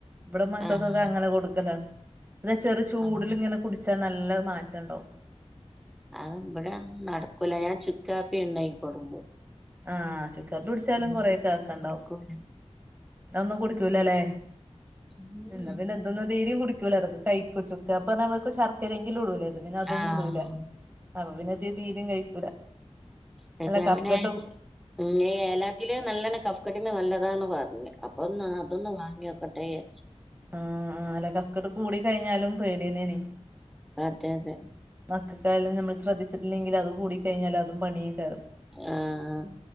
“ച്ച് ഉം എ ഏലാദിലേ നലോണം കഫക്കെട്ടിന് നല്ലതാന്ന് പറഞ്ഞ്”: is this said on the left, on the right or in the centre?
Centre